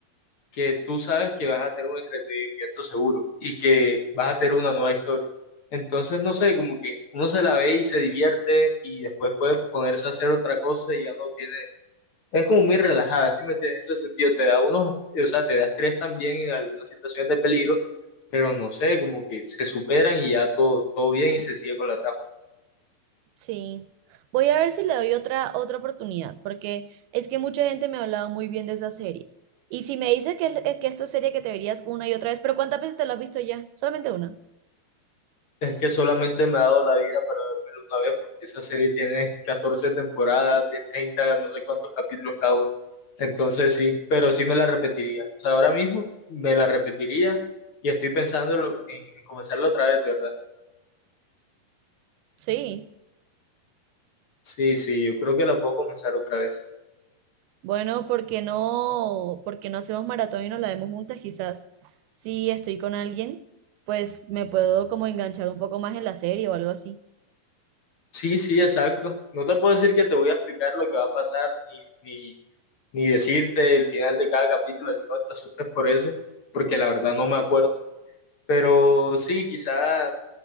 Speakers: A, on the left; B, on the right.
A: que tú sabes que vas a tener un entretenimiento seguro y que vas a tener una nueva historia. Entonces, no sé, como que uno se la ve y se divierte y después puede ponerse a hacer otra cosa y ya no tiene es como muy relajada, ¿sí me entiendes? En ese sentido, te da unos, o sea, te da estrés también en algunas situaciones de peligro, pero no sé, como que se superan y ya todo, todo bien y se sigue con la trama.
B: Sí. Voy a ver si le doy otra, otra oportunidad, porque es que mucha gente me ha hablado muy bien de esa serie. Y si me dices que, es- que esto es serie que te verías una y otra vez, pero ¿cuántas veces te la has visto ya? Solamente una.
A: Es que solamente me ha dado la vida para vérmelo una vez, porque esa serie tiene 14 temporadas de 30 no sé cuántos capítulos cada uno. Entonces sí, pero sí me la repetiría. O sea, ahora mismo me la repetiría y estoy pensando en, en comenzarla otra vez, de verdad.
B: Sí.
A: Sí, sí, yo creo que la puedo comenzar otra vez.
B: Bueno, ¿por qué no, por qué no hacemos maratón y nos la vemos juntas? Quizás si estoy con alguien, pues me puedo como enganchar un poco más en la serie o algo así.
A: Sí, sí, exacto. No te puedo decir que te voy a explicar lo que va a pasar, ni, ni, ni decirte el final de cada capítulo, así que no te asustes por eso, porque la verdad no me acuerdo. Pero sí, quizá